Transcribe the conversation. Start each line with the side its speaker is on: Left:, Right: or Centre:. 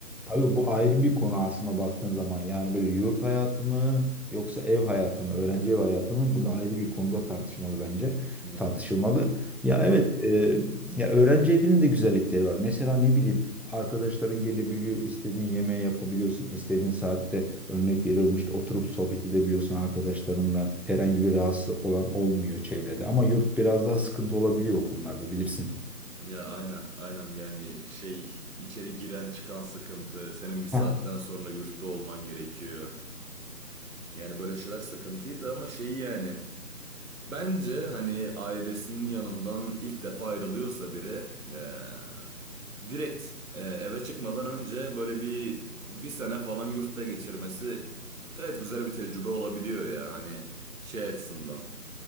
Centre: tabii bu ayrı bir konu aslında baktığın zaman. Yani böyle yurt hayatı mı yoksa ev hayatı mı, öğrenci ev hayatı mı? Bu da ayrı bir konuda tartışmalı bence.
Right: Aynen.
Centre: Tartışılmalı. Ya evet, e, ya öğrenci evinin de güzellikleri var. Mesela ne bileyim arkadaşların gelebiliyor, istediğin yemeği yapabiliyorsun, istediğin saatte örnek veriyorum işte oturup sohbet edebiliyorsun arkadaşlarınla. Herhangi bir rahatsız olan olmuyor çevrede. Ama yurt biraz daha sıkıntı olabiliyor o konularda bilirsin.
Right: Ya aynen aynen yani şey içeri giren çıkan sıkıntı senin bir saatten
Centre: Ha,
Right: sonra yurtta olman gerekiyor. Yani böyle şeyler sıkıntıydı ama şey yani Bence hani ailesinin yanından ilk defa ayrılıyorsa biri eee, direkt eee, eve çıkmadan önce böyle bir bir sene falan yurtta geçirmesi gayet güzel bir tecrübe olabiliyor ya hani şey açısından